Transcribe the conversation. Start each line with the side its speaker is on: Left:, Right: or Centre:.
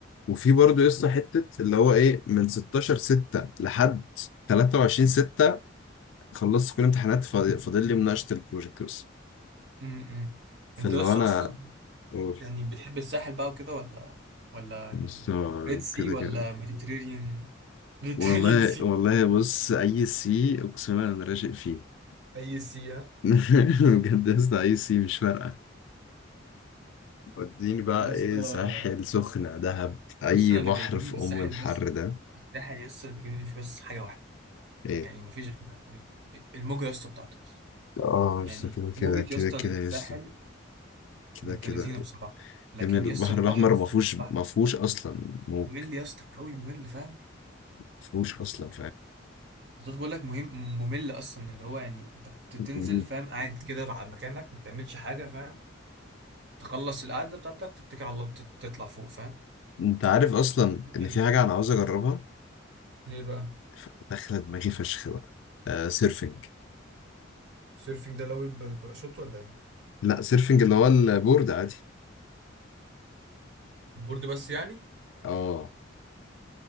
Left: وفي برضه يسطا حتة اللي هو ايه من 16 6 لحد 23 6 خلصت كل الامتحانات فاض- فاضل لي مناقشة البروجكت بس
Right: امم
Left: فاللي
Right: انت يا اسطى
Left: هو انا
Right: اصلا
Left: اقول
Right: يعني بتحب الساحل بقى وكده ولا ولا
Left: بس
Right: يعني
Left: هو
Right: ريد سي
Left: كده
Right: ولا
Left: كده
Right: ميديتيرينيان ميديتيرينيان
Left: والله
Right: سي
Left: والله بص اي سي اقسم بالله انا راشق فيه
Right: اي سي ها
Left: <laughs> بجد يا اسطى اي سي مش فارقة وديني بقى
Right: يا اسطى
Left: ايه ساحل سخنة دهب اي
Right: بص انا
Left: بحر
Right: اللي بيعجبني
Left: في
Right: في الساحل
Left: ام الحر
Right: بس
Left: ده
Right: الساحل يا اسطى اللي بيعجبني فيه بس حاجه واحده
Left: ايه
Right: يعني ما فيش غيرها تقريبا الموجة يا اسطى بتاعته بس.
Left: اه
Right: يعني
Left: لسه كده كده
Right: موجة
Left: كده
Right: يا اسطى
Left: كده
Right: الساحل
Left: لسه كده
Right: بنت
Left: كده
Right: لذينه بصراحة لكن
Left: يا ابني البحر
Right: يا اسطى البحر
Left: الاحمر
Right: في
Left: ما فيهوش
Right: البحر
Left: ما فيهوش اصلا موج
Right: ممل يا اسطى قوي ممل فاهم
Left: ما فيهوش اصلا
Right: بالظبط بقول لك مهم ممل اصلا اللي هو يعني انت بتنزل
Left: فاهم
Right: فاهم قاعد كده على مكانك ما بتعملش حاجة فاهم تخلص القعدة بتاعتك تتكل على الله تت- تطلع فوق فاهم
Left: انت عارف اصلا ان
Right: يعني
Left: في حاجه انا عاوز اجربها
Right: ايه بقى
Left: ف- داخله دماغي فشخ بقى آه سيرفنج
Right: السيرفنج ده لو بال- بالباراشوت ولا ايه
Left: لا سيرفنج اللي هو البورد عادي
Right: البورد بس يعني
Left: اه